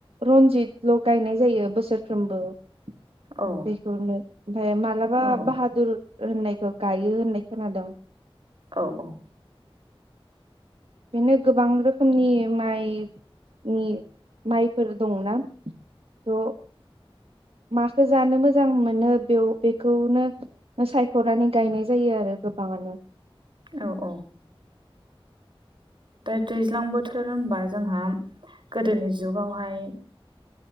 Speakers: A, on the right (about 75°); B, on the right (about 55°).
A: रन्जितल' गायनाय जायो बोसोरफ्रोमबो। बेखौनो
B: औ
A: ओमफफ्राय मालाबा
B: औ
A: बाहादुर होननायखौ। गायो होननाय खोनादों।
B: औ औ।
A: बेनो गोबां रोखोमनि माइनि माइफोर दंना थ' माखौ जानो मोजां मोनो बेयाव बेखौनो सायख'नानै गायनाय जायो आरो गोबाङानो।
B: औ औ। दा दैज्लां बोथोर होनोबा जोंहा गोदोनि जुगावहाय